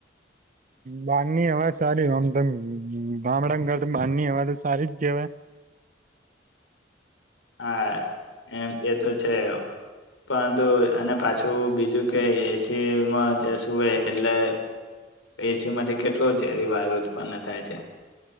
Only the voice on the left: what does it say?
હા એમ એ તો છે પરંતુ અને પાછું બીજું કે એસીમાં જસું એટલે એસી માંથી કેટલું ઝેરી વાયુ ઉત્પન્ન થાય છે